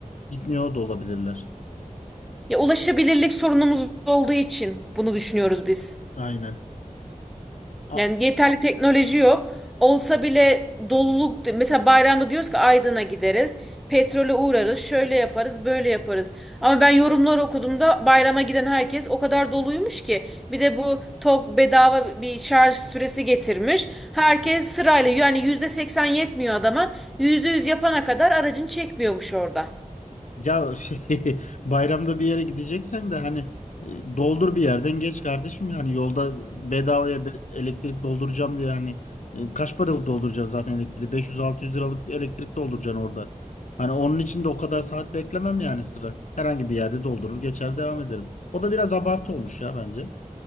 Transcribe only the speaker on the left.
gitmiyor da olabilirler.
Aynen. A-
Ya şey, <laughs> bayramda bir yere gideceksen de hani e, doldur bir yerden geç kardeşim yani yolda bedavaya be- elektrik dolduracağım diye hani e, kaç paralık dolduracaksın zaten elektriği 500-600 liralık bir elektrik dolduracaksın orada. Hani onun için de o kadar saat beklemem yani sıra. Herhangi bir yerde doldurur geçer devam ederim. O da biraz abartı olmuş ya bence.